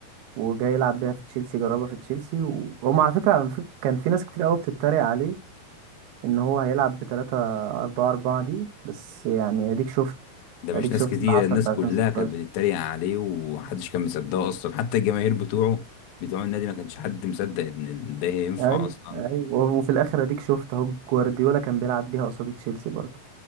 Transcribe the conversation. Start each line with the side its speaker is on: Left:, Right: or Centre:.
Right: وجاي يلعب بيها في تشيلسي جربها في تشيلسي وهم على فكره على فكرة كان في ناس كتير قوي بتتريق عليه ان هو هيلعب ب 3 4 4 دي بس يعني اديك شفت
Left: ده مش
Right: اديك
Left: ناس
Right: شفت
Left: كتيره
Right: اللي حصل
Left: الناس
Right: في 2016
Left: كلها كانت بتتريق عليه ومحدش كان مصدقه اصلا حتى الجماهير بتوعه بتوع النادي ما كانش حد مصدق ان ده هينفع
Right: ايوه
Left: اصلا
Right: ايوه وفي الاخر اديك شفت اهو جوارديولا كان بيلعب بيها قصاد تشيلسي برضه